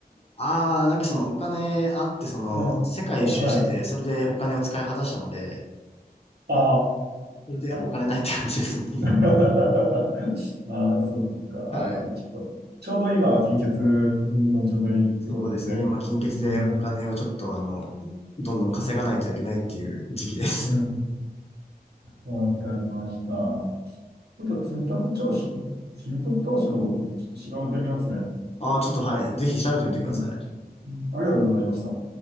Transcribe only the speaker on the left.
ああ、なんかそのお金あって、その世界一周してて、
それでお金を使い果たしたので、
それでお金ないって感じです、
今。
はい。
そうですね、今、金欠でお金をちょっとあの、
どんどん稼がないといけないっていう時期です。
<laughs> ああ、ちょっとはい、ぜひ調べてみてください。